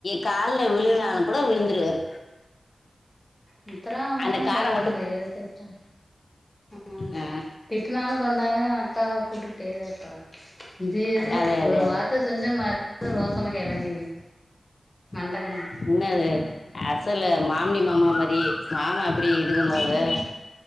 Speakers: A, on the left; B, on the left.
A: கால்ல விழுகுனாலு கூட விழுந்துருவாரு
B: மித்ரா அம்மாவு
A: அந்த காரை
B: பரவாயில்ல
A: மட்டும்
B: எது கேட்ட ம்
A: ஆ,
B: திட்டனாலு கொண்டாலு அக்காவ கூட்டுட்டேதா இருப்பாக இதேதே
A: அதே அதே
B: ஒரு வார்த்த செஞ்சா மறு <inaudible> ரோசமா கெளம்பிரு மண்டகணம்
A: என்னது அசலு மாமிடி மாமா மாரியே மாமா எப்டி இது பண்ணுவாக
B: ஆமா